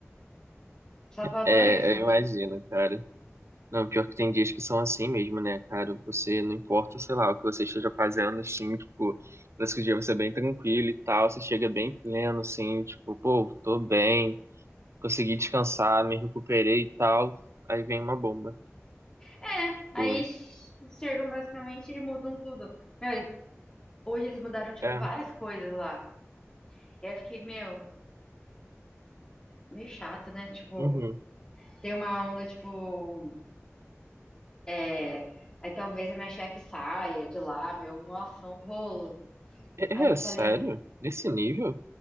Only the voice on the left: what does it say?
Só faltou
isso.
É,
aí ch- chegam basicamente e mudam tudo. Meu, eles- hoje eles mudaram, tipo,
várias coisas lá. E aí eu fiquei, meu, meio chato, né? Tipo,
tem uma onda, tipo. É, aí talvez a minha chefe saia de lá, meu, nossa, um rolo.
Aí eu falei,